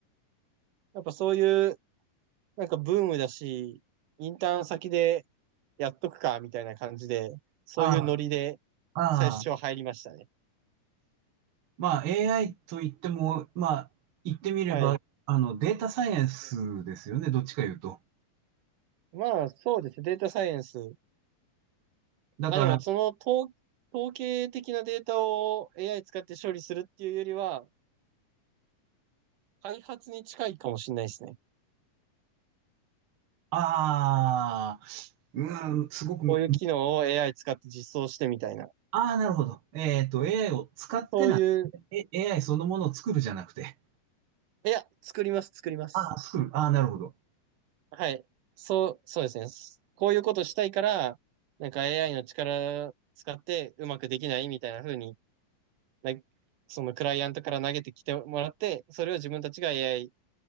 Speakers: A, on the right (about 75°); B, on the right (about 60°).
A: やっぱそういうなんかブームだし、インターン先でやっとくかみたいな感じで、そういうノリで
B: ああ。ああ、
A: 最初入りましたね。
B: まあ AI と言っても、まあ言ってみれば、
A: はい。
B: あのデータサイエンスですよね、どっちか言うと。
A: まあそうですね。データサイエンス。
B: だから、
A: まあでもその統、統計的なデータを AI 使って処理するっていうよりは、開発に近いかもしれないですね。
B: ああ、うん、すごくむ、
A: こういう機能を AI 使って実装してみたいな。
B: ああ、なるほど。えっと、AI を使ってな、
A: そういう、
B: え AI そのものを作るじゃなくて、
A: いや、作ります、作ります。
B: ああ、作る、ああ、なるほど。
A: はい。そう、そうですね。こういうことしたいから、なんか AI の力使ってうまくできないみたいな風に、なそのクライアントから投げてきてもらって、それを自分たちが AI